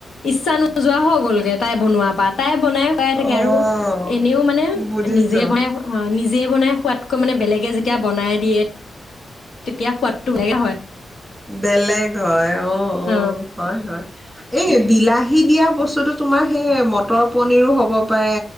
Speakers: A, on the left (about 75°); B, in the centre.
A: ইচ্ছা নোযোৱা হৈ গ'লগে তাই বনোৱাৰ পৰা তাই বনাই খাই থাকে
B: অ',
A: আৰু এনেও মানে
B: বুজিছোঁ
A: নিজে বনাই অ' নিজে বনাই। <unintelligible> মানে বেলেগে যেতিয়া বনাই <unintelligible> তেতিয়া সোৱাদটো <unintelligible> হয়।
B: বেলেগ হয় অঁ,
A: অ',
B: অঁ হয়-হয়, এই
A: উম, উম,
B: বিলাহী দিয়া বস্তু বস্তুটো তোমাৰ সেই মটৰ পনীৰো হ'ব পাৰে